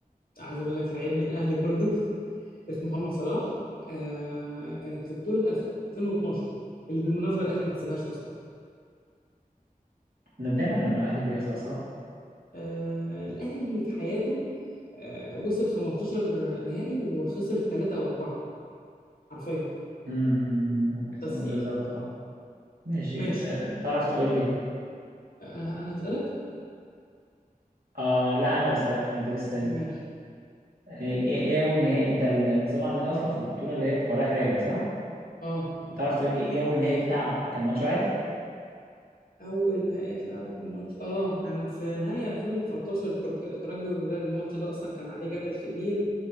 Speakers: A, on the left; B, on the right.
A: عايز اقول لك لعيب من الاهلي برضو <laughs> اسمه محمد صلاح آه كانت في بطولة 2012 اللي بالمناسبة الاهلي ما كسبهاش اصلا
B: نادرا لما الأهلي بيخسر صح؟
A: آه الاهلي في حياته آه وصل 15 نهائي وخسر ثلاثة او اربعة حرفيا
B: امم ممكن يسمون
A: بس يعني
B: بالظبط اه ماشي
A: ماشي
B: آه، تعرف تقول لي
A: آه انا هسألك
B: آه لا أنا اللي سألك أنا اللي لسه سألني.
A: ماشي
B: آه، إيه إيه أول نهائي أنت ال- النظام عندنا أصلا في البطولة اللي هي بتبقى رايح راجع صح؟
A: اه
B: تعرف تقول لي إيه أول نهائي اتلعب كان ماتش واحد؟
A: اول نهائي اتلعبوا كان ماتش اه كان في نهائي 2019 الترج- الترجي والوداد الماتش ده اصلا كان عليه جدل كبير